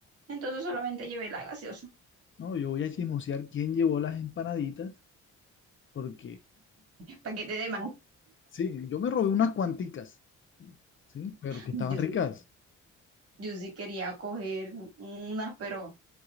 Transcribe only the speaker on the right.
Entonces solamente llevé la gaseosa,
paquete de más.
Yo
sí, yo sí quería coger unas, pero